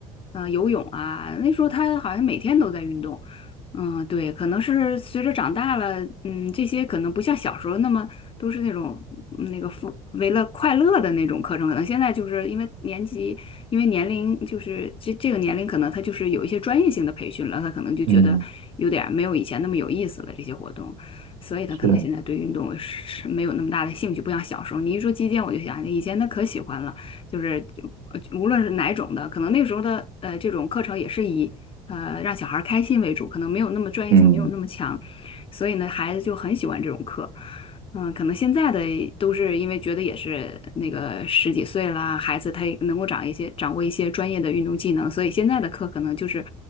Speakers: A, on the left; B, on the right.
A: 呃游泳啊，那时候他好像每天都在运动。嗯，对，可能是随着长大了，嗯，这些可能不像小时候那么都是那种嗯那个富为了快乐的那种课程，可能现在就是因为年级。因为年龄就是这这个年龄，可能他就是有一些专业性的培训了，他可能就觉得有点儿没有以前那么有意思了这些活动，
B: 嗯，
A: 所以他可能现在对运动是没有那么大的兴趣，
B: 是，
A: 不像小时候。你一说击剑，我就想以前他可喜欢了，就是呃无论是哪种的，可能那时候的呃这种课程也是以呃让小孩儿开心为主，可能没有那么专业性，
B: 嗯，
A: 没有那么强，所以呢孩子就很喜欢这种课。嗯，可能现在的都是因为觉得也是那个十几岁啦，孩子他也能够掌一些掌握一些专业的运动技能，所以现在的课可能就是，